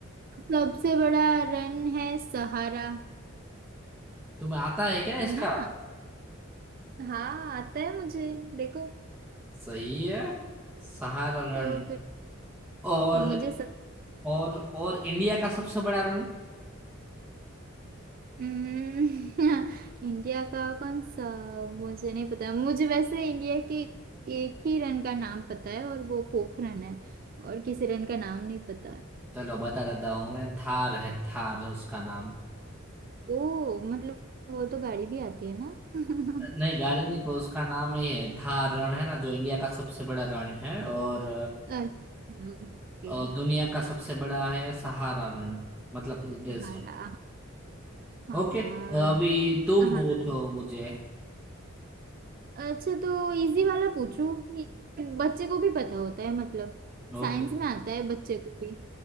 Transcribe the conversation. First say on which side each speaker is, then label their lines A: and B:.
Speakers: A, on the right (about 45°); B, in the centre.
A: सबसे बड़ा रन है सहारा
B: तुम्हें आता है क्या इसका
A: है ना हाँ आता है मुझे देखो
B: सही है सहारा रण
A: तो फिर
B: और
A: मुझे सब
B: और और इंडिया का सबसे बड़ा रण
A: हम्म, <laughs> इंडिया का कौन सा मुझे नहीं पता मुझे वैसे इंडिया के एक ही रन का नाम पता है और वो पोखरन है और किसी रन का नाम नहीं पता
B: चलो बता देता हूँ मैं थार है थार उसका नाम
A: ओ मतलब वो तो गाड़ी भी आती है ना <laughs>
B: नहीं गाड़ी नहीं पर उसका नाम ही है थार रण है ना जो इंडिया का सबसे बड़ा रण है और,
A: अच्छा ओके
B: और दुनिया का सबसे बड़ा है सहारा रण मतलब डेजर्ट
A: सहारा हाँ
B: ओके अभी तुम
A: हाँ
B: पूछो मुझे
A: अच्छा तो इजी वाला पूछूं ये बच्चे को भी पता होता है मतलब साइंस
B: ओके
A: में आता है बच्चे को भी